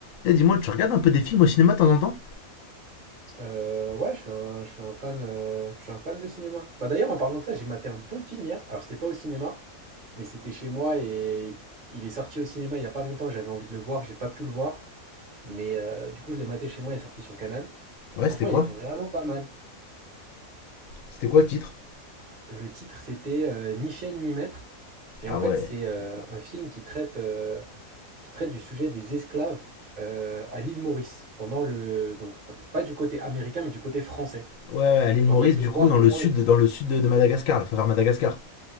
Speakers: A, on the left (about 70°); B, on the right (about 35°).
A: Eh, dis-moi, tu regardes un peu des films au cinéma de temps en temps
B: Euh, ouais, je suis un, je suis un fan, euh, je suis un fan de cinéma. Bah d'ailleurs, en parlant de ça, j'ai maté un bon film hier. Alors c'était pas au cinéma, mais c'était chez moi et il est sorti au cinéma il y a pas longtemps. J'avais envie de le voir, j'ai pas pu le voir, mais euh, du coup je l'ai maté chez moi. Il est sorti sur Canal et
A: Ouais,
B: franchement,
A: c'était quoi
B: il est vraiment pas mal.
A: C'était quoi le titre
B: Le titre c'était euh, Ni chaîne ni maître et
A: Ah
B: en fait
A: ouais.
B: c'est euh, un film qui traite euh, qui traite du sujet des esclaves euh, à l'île Maurice pendant le donc pas pas du côté américain mais du côté français.
A: Ouais, ouais, à l'île
B: Donc
A: Maurice,
B: en fait de
A: du
B: voir
A: coup, dans
B: comment
A: le sud, dans le sud de, de Madagascar, la vers Madagascar.